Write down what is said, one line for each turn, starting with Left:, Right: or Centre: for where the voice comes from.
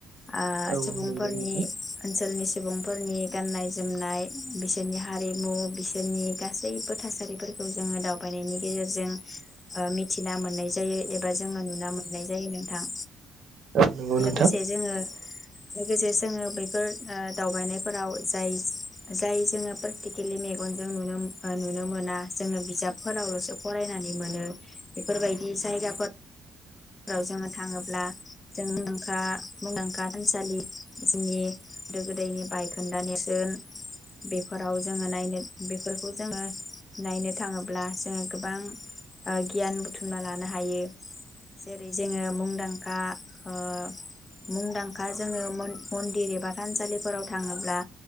Left: आ
Right: औ
Left: सुबुंफोरनि
Right: नंगौ नोंथां।
Left: ओनसोलनि सुबुंफोरनि गान्नाय - जोमनाय, बिसोरनि हारिमु, बिसोरनि गासैबो थासारिफोरखौ जोङो दावबायनायनि गेजेरजों ओ मिथिना मोननाय जायो एबा जोङो नुना मोननाय जायो नोंथां।
Right: औ नोंगौ नोंथां।
Left: लोगोसे जोङो लोगोसे जोङो बेैफोर दावबायनायफोराव जाय जाय जोङो प्रेकटिकेलि मेगनजों नुनो नुनो मोना जोङो बिजाबफोरावलसो फरायनानै नुनो मोनो बेफोरबायदि दि जायगाफोर राव जोङो थाङोब्ला जों <unintelligible> मुंदांखा थानसालि जोंनि गोदो गोदायनि बायखोन्दा नेरसोन बेफोराव जोङो नायनो बेफोरखौ जोङो नायनो थाङोब्ला जोङो गोबां ओ गियान बुथुमना लानो हायो। जेरै जोङो मुंदांखा ओ मुंदांखा जोङो मन मन्दिर एबा थानसालिफोराव थाङोब्ला